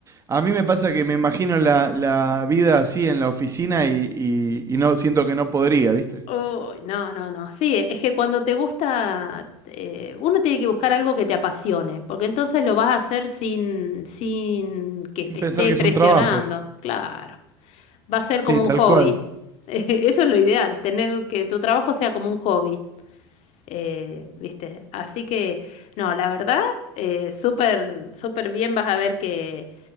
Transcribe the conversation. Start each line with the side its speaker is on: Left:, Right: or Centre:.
Right: A mí me pasa que me imagino la, la vida así en la oficina y, y y no siento que no podría, ¿viste?
Left: Uy, no, no, no. Sí, es que cuando te gusta, eh, uno tiene que buscar algo que te apasione, porque entonces lo vas a hacer sin, sin que
Right: Sin
Left: te
Right: pensar
Left: esté
Right: que
Left: presionando.
Right: es un trabajo.
Left: Claro. Va a ser
Right: Sí,
Left: como
Right: tal
Left: un hobby.
Right: cual.
Left: <laughs> Eso es lo ideal, tener que tu trabajo sea como un hobby. eh, ¿viste? Así que, no, la verdad, eh, súper, súper bien vas a ver que,